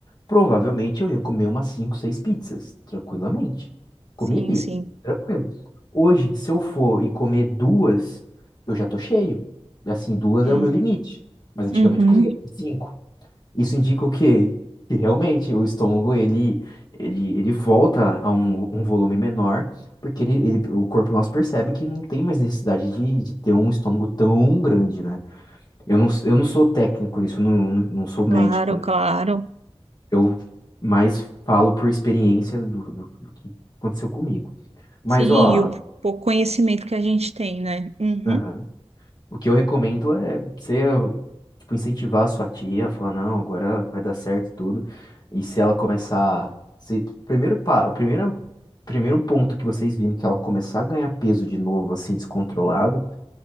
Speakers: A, on the left (about 40°); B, on the right (about 80°).
A: provavelmente eu ia comer umas 5, 6 pizzas, tranquilamente. Comeria,
B: Sim, sim.
A: tranquilo. Hoje, se eu for e comer duas, eu já tô cheio. Assim, duas
B: Hum,
A: é o meu limite. Mas antigamente
B: uhum.
A: eu conseguia comer cinco. Isso indica o quê? Que realmente o estômago ele, ele, ele volta a um, um volume menor, porque ele, ele, o corpo nosso percebe que não tem mais necessidade de, de ter um estômago tão grande, né? Eu não, eu não sou técnico nisso, eu não, não sou
B: Claro,
A: médico, né?
B: claro.
A: Eu mais falo por experiência do, do, do que aconteceu comigo. Mas,
B: Sim,
A: ó,
B: e o pouco conhecimento que a gente tem, né? Uhum.
A: aham. O que eu recomendo é você, tipo, incentivar a sua tia, falar, não, agora vai dar certo tudo. E se ela começar. Se, primeiro, pa- primeira, primeiro ponto que vocês virem que ela começar a ganhar peso de novo, assim, descontrolado,